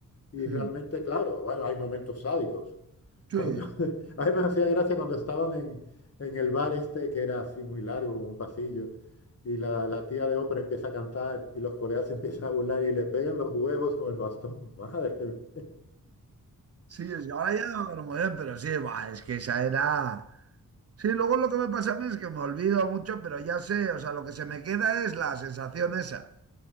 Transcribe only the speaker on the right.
Mm,
Sí,
sí, es- ahora ya no me acuerdo muy bien, pero sí, va, es que esa era. Sí, luego lo que me pasa a mí es que me olvido mucho, pero ya sé, o sea, lo que se me queda es la sensación esa,